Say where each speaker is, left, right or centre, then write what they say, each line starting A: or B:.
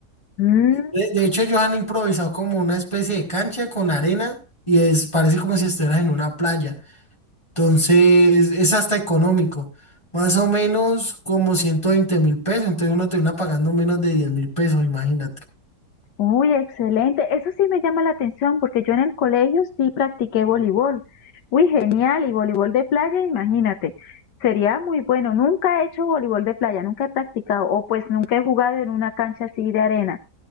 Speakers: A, on the left (about 80°); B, on the left (about 15°).
A: Mm,
B: De, de hecho, ellos han improvisado como una especie de cancha con arena y es, parece como si estuvieras en una playa. Entonces, es hasta económico. Más o menos como ciento veinte mil pesos. Entonces, uno termina pagando menos de diez mil pesos, imagínate.
A: Uy, excelente. Eso sí me llama la atención porque yo en el colegio sí practiqué voleibol. Uy, genial. Y voleibol de playa, imagínate. Sería muy bueno. Nunca he hecho voleibol de playa, nunca he practicado o pues nunca he jugado en una cancha así de arena.